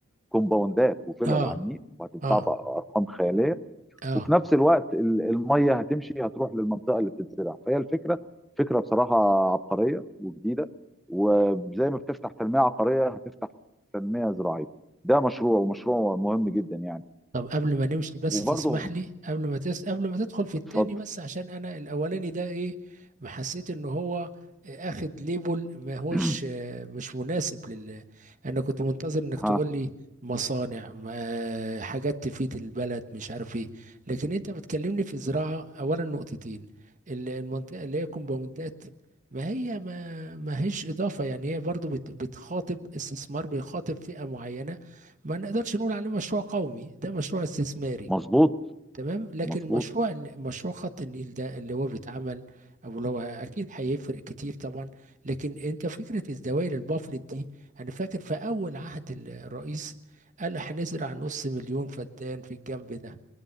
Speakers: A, in the centre; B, on the right (about 40°).
A: كومباوندات وفلل
B: اه
A: على النيل وهتتباع
B: اه
A: بارقام خياليه
B: اه
A: وفي نفس الوقت ال- الميه هتمشي هتروح للمنطقه اللي بتتزرع فهي الفكره فكره بصراحه عبقريه وجديده وزي ما بتفتح تنميه عقاريه هتفتح تنميه زراعيه ده مشروع ومشروع مهم جدا يعني
B: طب قبل ما نمشي بس
A: وبرضه
B: تسمح لي قبل ما تس... قبل ما تدخل في
A: اتفضل
B: التاني بس عشان انا الاولاني ده ايه ما حسيت ان هو اخد ليبل ما هوش
A: <clears throat>
B: آه، مش مناسب لل انا كنت منتظر انك تقول
A: ها
B: لي مصانع م- آه، حاجات تفيد البلد مش عارف ايه لكن انت بتكلمني في زراعة اولا نقطتين ال- المنطقة اللي هي كومباوندات ما هي ما ما هيش اضافة يعني هي برضو بت... بتخاطب استثمار بيخاطب فئة معينة ما نقدرش نقول عليه مشروع قومي ده مشروع استثماري
A: مظبوط
B: تمام لكن
A: مظبوط
B: مشروع مشروع خط النيل ده اللي هو بيتعمل او اللي هو اكيد هيفرق كتير طبعا لكن انت فكره الزوايا للبافلت دي انا فاكر في اول عهد ال- الرئيس قال هنزرع نص مليون فدان في الجنب ده